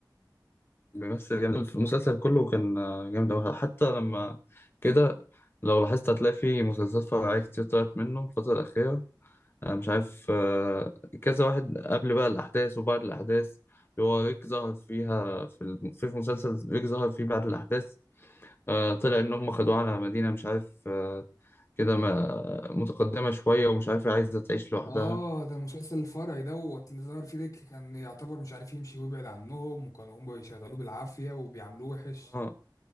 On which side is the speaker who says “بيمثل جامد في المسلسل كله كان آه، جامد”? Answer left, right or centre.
Left